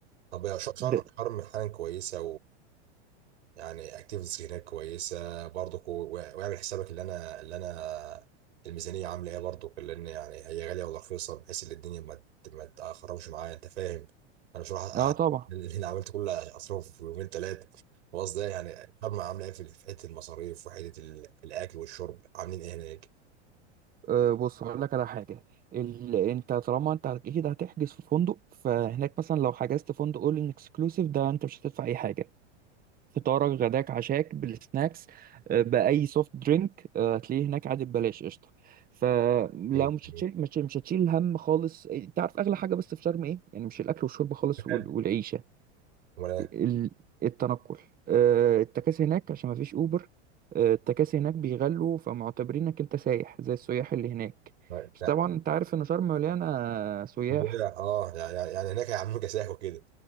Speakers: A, on the right; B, on the right.
A: طب يا ش- شرم
B: ده
A: شرم حالا كويسه يعني اكتيفيتيز هناك كويسه برضك و- واعمل حسابك اللي انا اللي انا الميزانيه عامله ايه برضك لان يعني هي غاليه ولا رخيصه بحيث ان الدنيا ما ت- ما تخربش معايا انت فاهم انا مش راح
B: اه طبعا
A: أ- اللي انا عملت كل اصرفه في يومين ثلاثه خلاص ده يعني الفرمة عامله ايه في في حته المصاريف وحته ال- الاكل والشرب عاملين ايه هناك؟
B: آه، بص هقول لك على حاجة ال... انت طالما انت اكيد هتحجز في فندق فهناك مثلا لو حجزت فندق اول ان اكسكلوسيف ده انت مش هتدفع اي حاجة فطارك غداك عشاك بالسناكس آه، بأي سوفت درينك آه، هتلاقيه هناك عادي ببلاش قشطة فلو
A: ايه
B: مش
A: يعني
B: هتشيل مش مش هتشيل هم خالص إيه، تعرف أغلى حاجة بس في شرم إيه؟ يعني مش الأكل والشرب خالص
A: تخيل.
B: وال- والعيشة
A: امال ايه؟
B: ال- التنقل آه، التكاسي هناك عشان مفيش أوبر آه، التكاسي هناك بيغلوا فمعتبرينك أنت سايح زي السياح اللي هناك
A: لا
B: بس
A: لا.
B: طبعا أنت عارف إن شرم مليانة سياح
A: لا، اه يعني يعني هناك هيعملوا كساح وكده